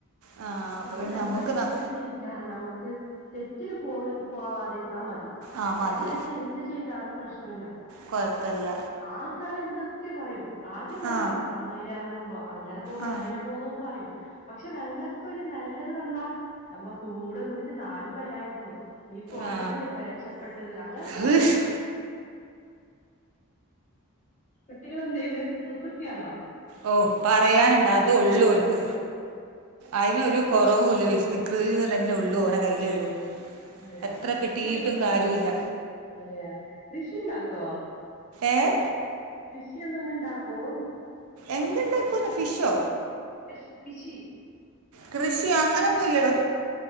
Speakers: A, on the right; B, on the left.
A: ആ അപ്പൊ
B: നമ്മള്
A: പിന്നെ
B: നമ്മളെ
A: നമുക്ക്
B: ഇഷ്ടത്തില്
A: ന-
B: ജീവിക്ക നമുക്ക് തെറ്റില് പോയി പോവാതിരുന്നാ മതി തി
A: ആ
B: ശെരിയായിട്ട്
A: മതി
B: എന്ത് ചെയ്താലും പ്രശ്ന ഷ്ടുല്ല
A: കുഴപ്പമില്ല
B: ആൾക്കാരെന്തൊ ക്കെ പറയും ആദ്യം പറയും
A: ആ
B: നമ്മെ അയ്ലെറങ്ങുമ്പോ അങ്ങനെ പോന്നു
A: ആ
B: ഇങ്ങനെ പോന്നുന്നും പറയും പക്ഷെ ഞങ്ങക്കൊരു നല്ലത് വന്നാ നമ്മളെ കൂടെ നിന്നിട്ട് നാനും വെരാര്ന്നു നീ പോയോണ്ടല്ലേ
A: ആ
B: ഇപ്പൊ രക്ഷപ്പെട്ടത് അങ്ങനൊക്കെ
A: ഹ്ഷ്.
B: പറയും കുട്ടികളെന്തെയ്യ്ന്ന് കുസൃതിയാണോ
A: ഓ പറയാന്ണ്ടോ അത് ഒള്ളൂ ഓ ക്ക്‌ അയ്നൊരു കൊറവൂല്ല വിസ് വികൃതിയ തന്നെ ഉള്ളൂ ഓലെ കയ്യിലുള്ളൂ
B: അതെയ
A: എത്ര കിട്ടിയിട്ടും
B: കൃ
A: കാര്യമില്ല
B: അതെയ കൃഷി ഉണ്ടാക്ക ആ
A: ഏഹ്
B: വിഷ്യം എന്തെങ്ങ് ഇണ്ടാക്കോന്ന്
A: എന്ത്ണ്ട് ക്കുന്നു ഫിഷോ
B: കൃഷി കൃഷി
A: കൃഷിയ അങ്ങനൊന്നും ഇല്ലടോ